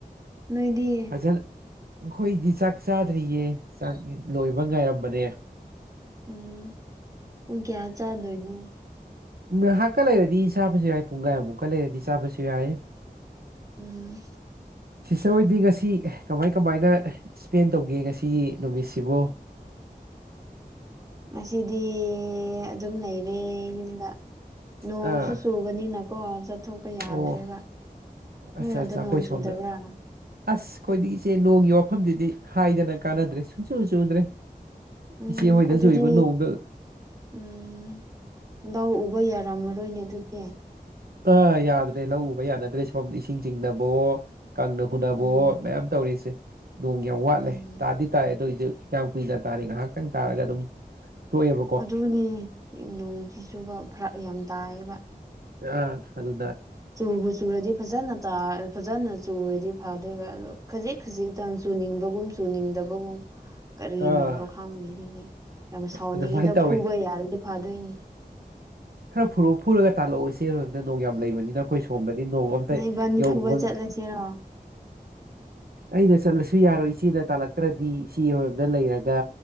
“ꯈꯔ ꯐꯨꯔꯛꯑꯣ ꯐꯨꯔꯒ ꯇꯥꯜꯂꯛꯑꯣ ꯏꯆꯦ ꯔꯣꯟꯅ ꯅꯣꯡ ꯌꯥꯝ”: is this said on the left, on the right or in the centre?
Right